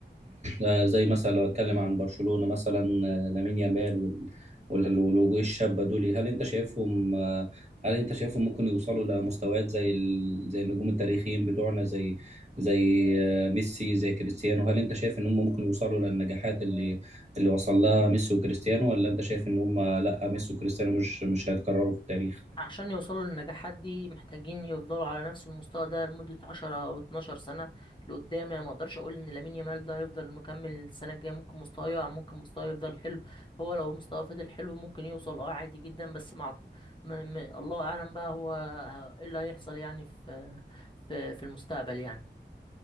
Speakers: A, on the right; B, on the left.
A: آه، زي مثلا لو اتكلم عن برشلونة مثلا آه، لامين يامال وال- وال- والوجوه الشابة دول هل انت شايفهم آه، هل انت شايفهم ممكن يوصلوا لمستويات زي ال... زي النجوم التاريخيين بتوعنا زي زي آه، ميسي زي كريستيانو هل انت شايف ان هم ممكن يوصلوا للنجاحات اللي اللي وصل لها ميسي وكريستيانو ولا انت شايف ان هم لا ميسي وكريستيانو مش مش هيتكرروا في التاريخ
B: عشان يوصلوا للنجاحات دي محتاجين يفضلوا على نفس المستوى ده لمدة عشرة أو اتناشر سنة لقدام يعني مقدرش أقول إن لامين يامال ده هيفضل مكمل السنة الجاية ممكن مستواه يقع ممكن مستواه يفضل حلو هو لو مستواه فضل حلو ممكن يوصل أه عادي جدا بس مع م... م... الله أعلم بقى هو ه- إيه اللي هيحصل يعني في في في المستقبل يعني